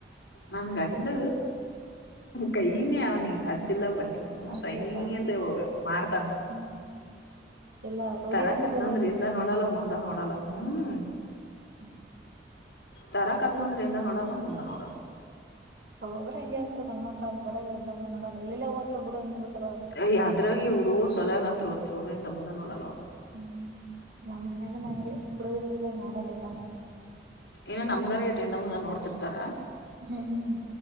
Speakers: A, on the left (about 80°); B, on the right (about 70°).
A: ನನ್ ಗಂಡ್ ಕೈನೇ ಅವ್ನಿಗೆ ಹದ್ದಿಲ್ಲ ಬತ್ <unintelligible> ಸುಮ್ನ್
B: ಅದೆಲ್ಲ
A: ಸೈ ಅಂತ ಹೋಗ ಮಾಡ್ತಾನ
B: ಹ್ಮ್ ಎಲ್ಲಾ ರೂಢಿನ
A: ತರಕತ್
B: ಬಿದ್ದದವ್ರೀ
A: ನಂದ್ರ ಇಂದ ನೋಡಲ್ಲ ಮುಂದ ನೋಡಲ್ಲ ಹ್ಮ್
B: <inaudible>
A: ತರಾಕತ್ನಂದ್ರೆ ಇಂದೆ ನೋಡಲ್ಲ ಮುಂದೆ ನೋಡಲ್ಲ
B: ಒಬ್ಬಬ್ರು ಹೆಂಗ ಇರ್ತಾರೆ ಗಂಡ್ ಮಕ್ಳ ಅಂತರಮ್ಮ ನೋಡಲ್ಲ ಎಲ್ಲ ಎಲ್ಲ್ ಹೋತವ ಬುಡು ಅಂತ <unintelligible>
A: ಅ ಹದ್ರಾಗಿ ಹುಡುಗೂರು ಸಲಗ ಅಂತ್ರು ಒಂದಚೂರು ಹಿಂದೆ ಮುಂದೆ ನೋಡಲ್ಲ ಅವರು
B: ಹ್ಮ್ ನಮ್ಮನ್ಯಾಗ ನಂಗೆ ಹುಡುಗರು ಜಿದಾಗ
A: ಹ್ಮ್
B: ನೋಡಲ್ಲ ಇಲ್ಲಮ್ಮಗ
A: ಏನ ನಮ್ಗಾರ ಇಟ್ ಮುಂದ ನೋಡ್ತಿರ್ತಾರ
B: ಹ್ಮ್